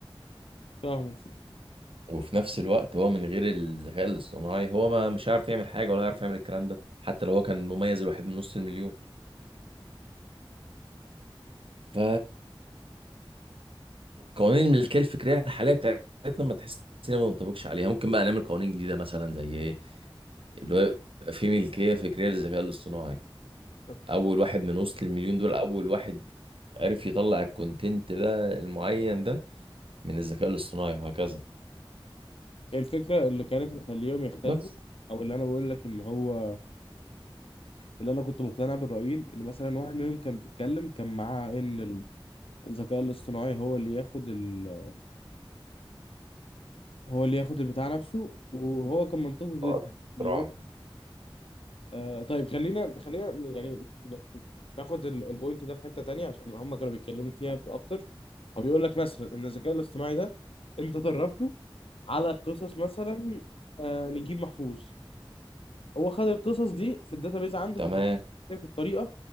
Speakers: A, on the left (about 80°); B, on the right (about 75°).
A: فاهمك
B: وفي نفس الوقت هو من غير الذكاء الاصطناعي هو ما مش عارف يعمل حاجة ولا هيعرف يعمل الكلام ده حتى لو هو كان مميز الواحد من نص المليون ف قوانين الملكية الفكرية الحالية بتاعتنا ما تحس إنها ما بنطبقش عليها ممكن بقى نعمل قوانين جديدة مثلا زي ايه اللي هو يبقى في ملكية فكرية للذكاء الاصطناعي
A: طب
B: أول واحد من وسط المليون دول أول واحد عرف يطلع الكونتنت ده المعين ده من الذكاء الاصطناعي وهكذا
A: الفكره اللي كانت مخليهم يختلفوا
B: بس
A: او اللي انا بقول لك ان هو اللي انا كنت مقتنع بالرايين ان مثلا واحد منهم كان بيتكلم كان معاه ان الذكاء الاصطناعي هو اللي ياخد ال... هو اللي ياخد البتاع نفسه وهو كان منطقي جدا
B: هو ده اختراع
A: بيقول آه طيب خلينا خلينا ن- يعني ن- ناخد ال- البوينت ده في حته تانية عشان هم كانوا بيتكلموا فيها اكتر هو بيقول لك مثلا ان الذكاء الاصطناعي ده انت دربته على قصص مثلا آه نجيب محفوظ هو خد القصص دي في الداتابيز عنده
B: تمام
A: فخدها في الطريقه